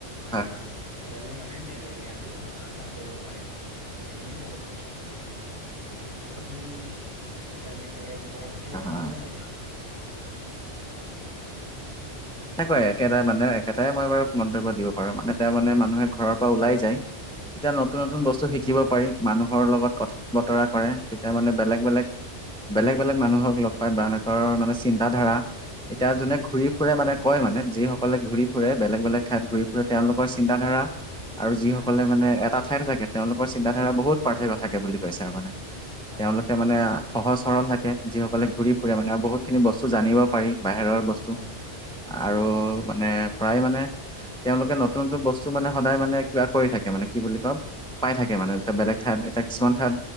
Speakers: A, in the centre; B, on the right.
A: হয়
B: আঁ ঘুৰালে মানে নিজৰ জ্ঞানতটো লাভ কৰিব পাৰিব এইখিনিয়ে ক'ব পাৰিছো আপুনি ইয়াৰ বিষয়ৰ ওপৰত কিবা
A: হয় হয়
B: কব নেকি
A: এনেকুৱাই একেটা মানে একেটাই মই বাৰু মন্তব্য দিব পাৰো তাৰ মানে তেওঁ মানে মানুহে ঘৰৰ পৰা ওলাই যায় তেতিয়া নতুন
B: হয়
A: নতুন বস্তু শিকিব পাৰি মানুহৰ লগত কথা বতৰা কৰে তেতিয়া মানে বেলেগ
B: হয়
A: বেলেগ বেলেগ বেলেগ মানুহক লগ পাই বা এনেৰ মানে চিন্তা ধাৰা এতিয়া যোনে
B: হয়
A: ঘূৰি ফুৰে মানে কয় মানে যি সকলে ঘূৰি ফুৰে বেলেগ বেলেগ ঠাইত ঘূৰি ফুৰে তেওঁলোকৰ চিন্তা ধাৰা আৰু যিসকলে
B: হয়
A: মানে এটা ঠাইত থাকে তেওঁলোকৰ চিন্তাধাৰা বহুত পাৰ্থক্য থাকে বুলি কৈছে আৰু মানে
B: হয়
A: তেওঁলোকে মানে সহজ সৰল থাকে যিসকলে ঘূৰি ফুৰে মানে আৰু বহুত খিনি বস্তু জানিব পাৰি বাহিৰৰ বস্তু
B: হয়
A: আৰু মানে প্ৰায় মানে তেওঁলোকে নতুন নতুন বস্তু মানে সদায় মানে কিবা কৰি থাকে মানে কি বুলি কওঁ পাই থাকে মানে এ বেলেগ ঠাইত এ কিছুমান ঠাইত